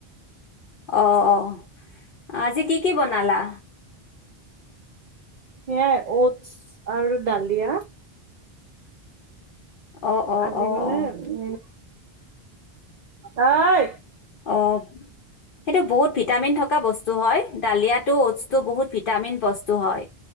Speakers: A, on the left (about 60°); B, on the right (about 55°).
A: অ অ আজি কি কি বনালা
B: সেইয়াই অটছ আৰু ডালিয়া।
A: অঁ অঁ
B: আজি
A: অঁ
B: মানে
A: অঁ
B: উ, অই।
A: অ' সেটো বহুত ভিটামিন থকা বস্তু হয়। ডালিয়াত টো অটছটো বহুত ভিটামিন বস্তু হয়